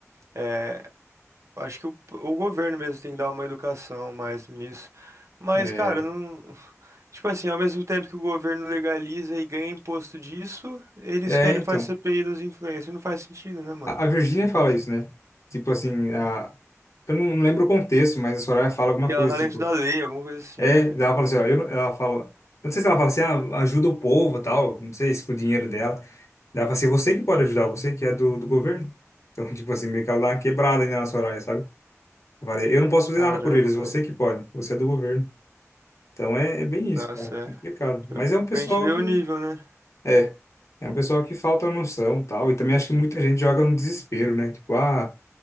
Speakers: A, on the right; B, on the left.
A: É, eu acho que o, o governo mesmo tem que dar uma educação mais nisso. Mas,
B: É,
A: cara, não. Tipo assim, ao mesmo tempo que o governo legaliza e ganha imposto disso, eles
B: é,
A: querem
B: então.
A: fazer CPI dos influencers. Não faz sentido, né, mano?
B: A, a Virgínia fala isso, né? Tipo assim, a, eu não lembro o contexto, mas a Soraya fala alguma
A: E
B: coisa,
A: ela tá
B: tipo,
A: dentro da lei, alguma coisa assim,
B: é,
A: né?
B: ela fala assim, ó, eu, não- ela fala, eu não sei se ela fala assim, ah, ajuda o povo, tal, não sei se com o dinheiro dela. Ela fala assim, você que pode ajudar, você que é do, do governo. Então, <laughs> tipo assim, meio que ela dá uma quebrada ainda na Soraya, sabe? Eu falei, eu não posso fazer
A: Caramba,
B: nada por eles, você
A: velho.
B: que pode, você é do governo. Então é, é bem
A: Nossa,
B: isso, cara,
A: é.
B: complicado.
A: Pra,
B: Mas é um pessoal
A: pra gente ver
B: que,
A: o nível, né?
B: é, é um pessoal que falta noção, tal, e também acho que muita gente joga no desespero, né? Tipo, ah,